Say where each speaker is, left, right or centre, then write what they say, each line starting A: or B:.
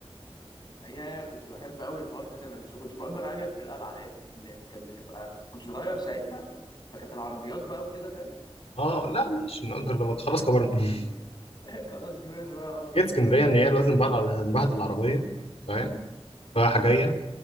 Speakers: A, on the left (about 45°); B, on the left (about 80°).
A: يا كنت بحب قوي الحوار ده زمان بس ما كنتش باجر عجل في القلعه لان ال- كانت بتبقى كنت صغير ساعتها فكانت العربيات بقى وكده فاهم
B: اه لا مش نأجر لما تخلص كبرنا
A: <laughs>
B: <laughs>
A: خلاص كبرنا بقى اه
B: جيت اسكندريه
A: كفايه حتة.
B: ان هي لازم بقى الع- هنبهدل العربيه فاهم رايحه جايه